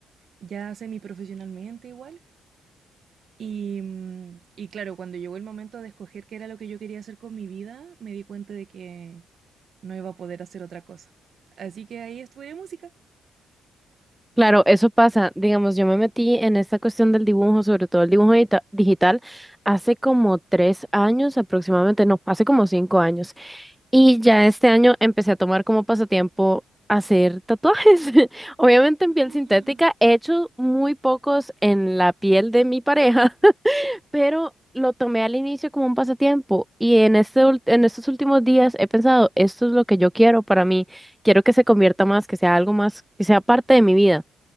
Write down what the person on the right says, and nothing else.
ya semiprofesionalmente igual. Y, mm, y claro, cuando llegó el momento de escoger qué era lo que yo quería hacer con mi vida, me di cuenta de que no iba a poder hacer otra cosa. Así que ahí estudié música.
<gasps>
Ah,